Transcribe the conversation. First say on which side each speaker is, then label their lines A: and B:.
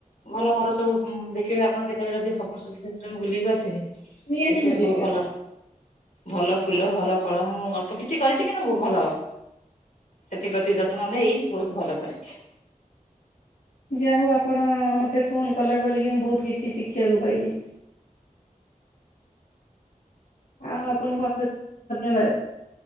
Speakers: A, on the left; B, on the left.
A: ଭଲ ମୋର ସବୁ ଦେଖିବେ ଆପଣ କେତେବେଳେ ଯଦି ହବ ସୁବିଧା ସେତେବେଳେ ବୁଲିବାକୁ ଆସିବେ।
B: ନିହାତି
A: ଦେଖିବେ
B: ମୁଁ
A: ବହୁ
B: ଯିବି
A: ଭଲ
B: ଆଉ।
A: ଭଲ ଫୁଲ ଭଲ ଫଳ ମୁଁ ଅଳ୍ପ କିଛି କରିଛି କିନ୍ତୁ ଭଲ। ସେଥିପ୍ରତି ଯତ୍ନ ନେଇ ବହୁତ ଭଲ କରିଛି।
B: ଯା ହଉ ଆପଣ ମୋତେ ଫୋନ୍ କଲେ ବୋଲିକି ମୁଁ ବହୁତ କିଛି ଶିଖିବାକୁ ପାଇଲି। ଆଉ ଆପଣଙ୍କୁ ଅଶେଷ ଧନ୍ୟବାଦ୍।